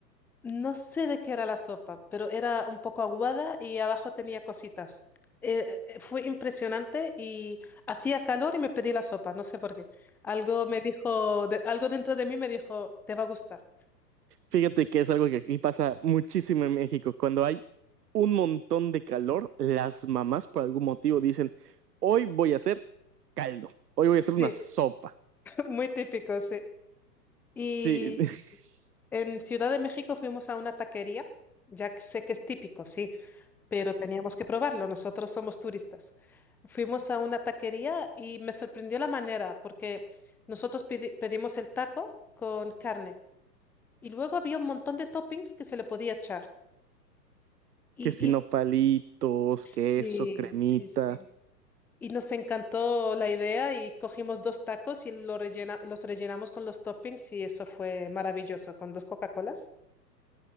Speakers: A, in the centre; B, on the right.
A: No sé de qué era la sopa, pero era un poco aguada y abajo tenía cositas. Eh, eh, fue impresionante y hacía calor y me pedí la sopa, no sé por qué. Algo me dijo, de- algo dentro de mí me dijo, te va a gustar.
B: Fíjate que es algo que aquí pasa muchísimo en México. Cuando hay un montón de calor, las mamás por algún motivo dicen, hoy voy a hacer caldo, hoy voy a
A: Sí,
B: hacer una sopa.
A: <laughs> muy típico, sí. Y
B: Sí, <laughs>
A: en Ciudad de México fuimos a una taquería, ya que sé que es típico, sí. pero teníamos que probarlo, nosotros somos turistas. Fuimos a una taquería y me sorprendió la manera, porque nosotros pidi- pedimos el taco con carne y luego había un montón de toppings que se le podía echar. Y,
B: que si
A: y
B: no palitos,
A: sí,
B: queso, cremita,
A: sí, sí. Y nos encantó la idea y cogimos dos tacos y lo rellena- los rellenamos con los toppings y eso fue maravilloso, con dos Coca-Colas